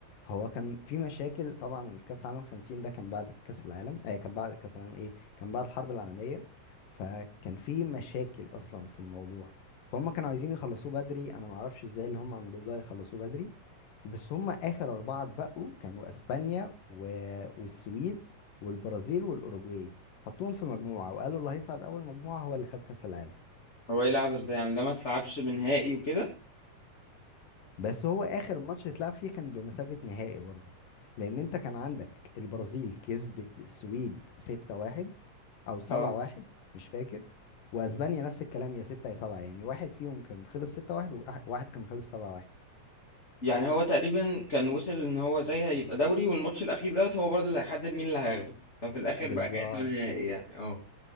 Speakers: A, on the left (about 85°); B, on the left (about 20°).
A: هو كان في مشاكل طبعا كأس العالم 50 ده كان بعد كأس العالم آه كان بعد كأس العالم إيه كان بعد الحرب العالمية فكان في مشاكل أصلا في الموضوع فهم كانوا عايزين يخلصوه بدري أنا معرفش إزاي اللي هم عملوه ده يخلصوه بدري بس هم آخر أربعة اتبقوا كانوا أسبانيا و... والسويد والبرازيل والأوروجواي حطوهم في مجموعة وقالوا اللي هيصعد أول مجموعة هو اللي خد كأس العالم
B: هو ايه العبث ده يعني ده ما تلعبش بنهائي وكده
A: بس هو اخر ماتش اتلعب فيه كان بمثابة نهائي برضو لان انت كان عندك البرازيل كسبت السويد 6-1 او 7-1
B: آه.
A: مش فاكر واسبانيا نفس الكلام يا 6 يا 7 يعني واحد فيهم كان خلص 6-1 وواحد كان خلص 7-1
B: يعني هو تقريبا كان وصل ان هو زي هيبقى دوري والماتش الاخير دوت هو برضه اللي هيحدد مين اللي هياخده ففي الاخر
A: بالظبط
B: بقى كأنه نهائي يعني اه